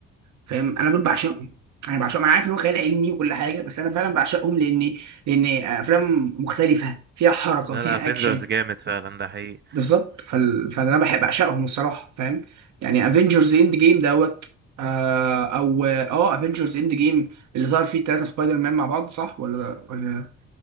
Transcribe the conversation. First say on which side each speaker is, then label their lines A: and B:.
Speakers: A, on the right; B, on the right.
A: فاهم انا دول بعشقهم انا بعشقهم انا عارف ان هو خيال علمي وكل حاجه بس انا فعلا بعشقهم لان لان افلام مختلفه فيها حركه
B: لا
A: فيها
B: لا افنجرز
A: اكشن
B: جامد فعلا ده حقيقي
A: بالظبط فال... فانا بحب اعشقهم الصراحه فاهم يعني افنجرز اند جيم دوت آه او اه افنجرز اند جيم اللي ظهر فيه الثلاثه سبايدر مان مع بعض صح ولا ولا